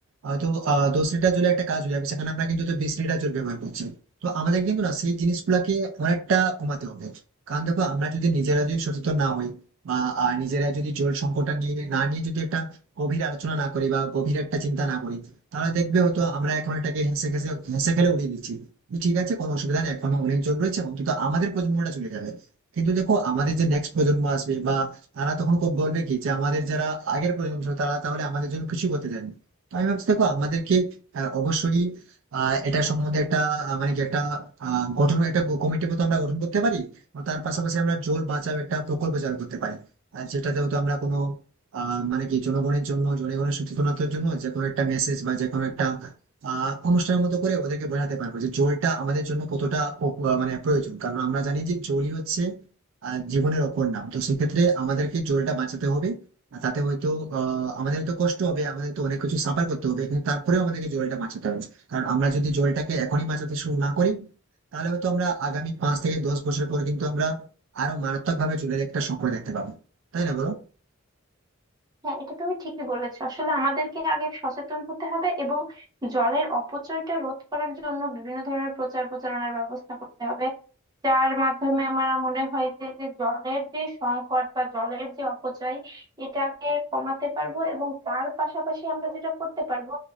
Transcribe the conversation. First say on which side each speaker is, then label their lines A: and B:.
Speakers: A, on the right; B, on the right.
A: হয়তো আহ দশ লিটার জলের একটা কাজ হয়ে যাবে সেখানে আমরা কিন্তু তো বিশ লিটার জল ব্যবহার করছি তো আমাদের কিন্তু না সেই জিনিসগুলাকে অনেকটা কমাতে হবে কারণ দেখো আমরা যদি নিজেরা যদি সচেতন না হই বা আহ, নিজেরা যদি জল সংকটটা নিয়ে না নিয়ে যদি একটা গভীর আলোচনা না করি বা গভীর একটা চিন্তা না করি তাহলে দেখবে হয়তো আমরা এখন এটাকে হেসে খেসে হেসে খেলে উড়িয়ে দিচ্ছি ঠিক আছে কোনো অসুবিধা নেই এখনো অনেক জল রয়েছে অন্তত আমাদের প্রজন্মটা চলে যাবে কিন্তু দেখো আমাদের যে নেক্সট প্রজন্ম আসবে বা তারা তখন ক- বলবে কি যে আমাদের যারা আগের প্রজন্ম ছিল তারা তাহলে আমাদের জন্য কিছু করতে চায়নি তো আমি ভাবছি দেখো আমাদেরকে আহ, অবশ্যই আহ এটা সম্বন্ধে একটা আহ, মানে কি একটা আহ, গঠন একটা কমিটি মতো আমরা গঠন করতে পারি আর তার পাশাপাশি আমরা জল বাঁচাও একটা প্রকল্প চালু করতে পারি আর যেটাতে হয়তো আমরা কোনো আহ মানে কি জনগণের জন্য জনগণের সচেতনতার জন্য যে কোনো একটা মেসেজ বা যে কোনো একটা আহ অনুষ্ঠানের মতো করে ওদেরকে বোঝাতে পারবো যে জলটা আমাদের জন্য কতটা উপ- আহ, মানে প্রয়োজন কারণ আমরা জানি যে জলই হচ্ছে আহ, জীবনের অপর নাম তো সেক্ষেত্রে আমাদেরকে জলটা বাঁচাতে হবে আর তাতে হয়তো আহ আমাদের তো কষ্ট হবে আমাদের তো অনেক কিছু সাফার করতে হবে কিন্তু তারপরেও আমাদেরকে জলটা বাঁচাতে হবে কারণ আমরা যদি জলটাকে এখনই বাঁচাতে শুরু না করি তাহলে হয়তো আমরা আগামী পাঁচ থেকে দশ বছর পরে কিন্তু আমরা আরো মারাত্মক ভাবে জলের একটা সংকট দেখতে পাবো তাই না বলো
B: হ্যাঁ এটা তুমি ঠিকই বলেছো আসলে আমাদেরকে আগে সচেতন হতে হবে এবং জলের অপচয়টা রোধ করার জন্য বিভিন্ন ধরনের প্রচার প্রচারণার ব্যবস্থা করতে হবে যার মাধ্যমে আমার মনে হয় যে যে জলের যে সংকট বা জলের যে অপচয় এটাকে কমাতে পারবো এবং তার পাশাপাশি আমরা যেটা করতে পারবো